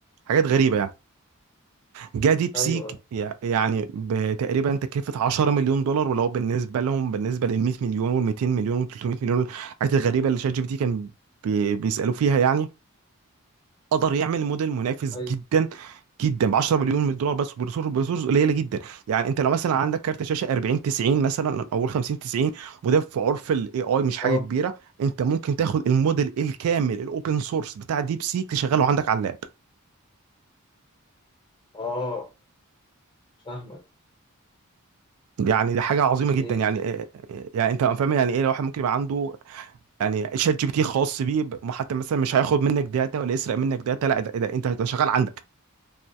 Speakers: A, on the right (about 75°); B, on the left (about 20°).
A: حاجات غريبه يعني جه ديب
B: ايوه
A: سيك يع- يعني بتقريبا تكلفة 10 مليون دولار ولو بالنسبة لهم بالنسبة لل 100 مليون وال 200 مليون وال 300 مليون الحاجات الغريبة اللي شات جي بي تي كان بي- بيسألوا فيها يعني قدر يعمل موديل منافس
B: ايوه
A: جدا جدا ب 10 مليون من الدولار بس وبريسورس بريسورس قليله جدا يعني انت لو مثلا عندك كارت شاشه 40 90 مثلا او 50 90 وده في عرف الاي اي مش حاجه
B: اه
A: كبيره انت ممكن تاخد الموديل الكامل الاوبن سورس بتاع ديب سيك تشغله عندك على اللاب
B: اه فاهمك
A: يعني دي حاجه
B: اوكي
A: عظيمه جدا يعني يعني انت فاهم يعني ايه الواحد ممكن يبقى عنده يعني شات جي بي تي خاص بيه ب- وحتى مثلا مش هياخد منك داتا ولا يسرق منك داتا لا ده, ده انت ده شغال عندك